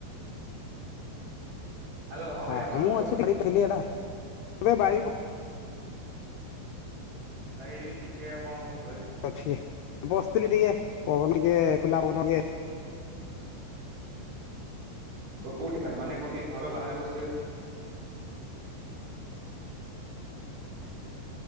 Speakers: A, on the right; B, on the left.
A: ହ୍ୟାଲୋ ଭାଇ
B: ହଁ
A: ଆପଣ
B: ହ ମୁଁ
A: କଣ କରୁଥିଲେ
B: ଅଛି। <unintelligible> ଏଟା ଆବେ ବାଇ ପ।
A: ଭାଇ ଟିକେ ଆପଣଙ୍କ ବ
B: ଅଛି ବସିଥିଲି ଟିକେ ପବନ ଟିକେ ଖୋଲା ପବନ ଟିକେ।
A: କୋଉଠି ଭାଇ ମାନେ କଣ କି ଘର ବାହାରେ ବସିଥିବେ।